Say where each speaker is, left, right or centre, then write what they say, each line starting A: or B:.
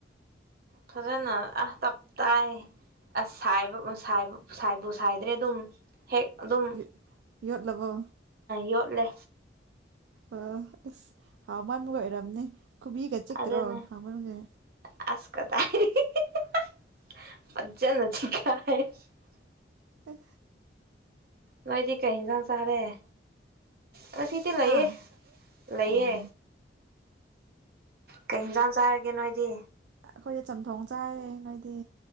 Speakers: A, on the right; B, on the right.
A: ꯐꯖꯅ ꯑꯥ ꯇꯞ ꯇꯥꯏ ꯑꯁꯥꯏꯕ ꯑ ꯁꯥꯏꯕ ꯁꯥꯏꯕꯨ ꯁꯥꯏꯗ꯭ꯔꯦ ꯑꯗꯨꯝ ꯍꯦꯛ ꯑꯗꯨꯝ
B: ꯌꯣꯠ ꯌꯣꯠꯂꯕꯣ
A: ꯌꯣꯠꯂꯦ
B: ꯑꯣ ꯑꯁ ꯍꯥꯎꯃꯟꯕꯒ ꯑꯣꯏꯔꯝꯅꯤ ꯈꯨꯕꯤꯒ ꯆꯤꯛꯇꯔꯣ
A: ꯑꯗꯨꯅꯦ
B: ꯍꯥꯎꯃꯟꯕꯒꯤ
A: ꯑꯁ ꯀꯗꯥꯏꯗꯒꯤ ꯍꯤ ꯍꯤ ꯍꯤ ꯍꯤ ꯍꯥ ꯐꯖꯅ ꯆꯤꯛꯈꯥꯏꯔꯦ
B: ꯑꯦ
A: ꯅꯣꯏꯗꯤ ꯀꯩ ꯍꯤꯟꯖꯥꯡ ꯆꯥꯔꯦ ꯉꯁꯤꯗꯤ ꯂꯩꯌꯦ
B: ꯍꯥ
A: ꯂꯩꯌꯦ
B: ꯑꯣ
A: ꯀꯩꯟꯖꯥꯡ ꯆꯥꯔꯒꯦ ꯅꯣꯏꯗꯤ
B: ꯑꯩꯈꯣꯏꯗ ꯆꯝꯊꯣꯡ ꯆꯥꯏꯌꯦ ꯅꯣꯏꯗꯤ